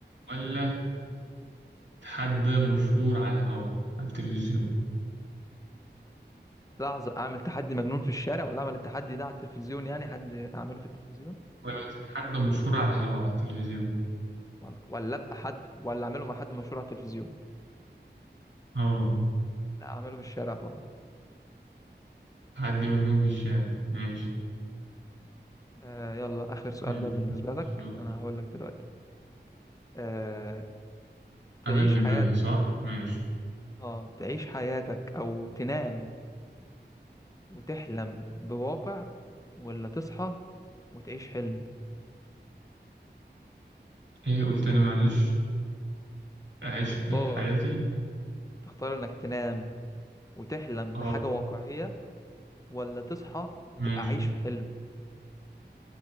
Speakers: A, on the right (about 75°); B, on the left (about 20°).
A: ولا تحدى مشهور على الهوا على التلفزيون
B: لحظة اعمل تحدي مجنون في الشارع ولا اعمل التحدي ده على التلفزيون يعني حد اعمله في التلفزيون
A: ولا تتحدى مشهور على الهوا على التلفزيون
B: ولا ولا ابقى حد ولا اعمله مع حد مشهور على التلفزيون
A: اه
B: لا اعمله في الشارع طبعا
A: تحدي مجنون في الشارع ماشي
B: آه يلا اخر سؤال
A: حلو.
B: بقى بالنسبة لك
A: سؤال.
B: انا هقول لك دلوقتي آه تعيش
A: انا اللي
B: حياتك
A: بالي صح ماشي
B: اه تعيش حياتك او تنام وتحلم بواقع ولا تصحى وتعيش حلم
A: ايه قلت تاني معلش اعيش
B: تختار
A: ايه حياتي
B: تختار انك تنام وتحلم
A: اه
B: بحاجة واقعية ولا تصحى وتبقى
A: ماشي
B: عايش في حلم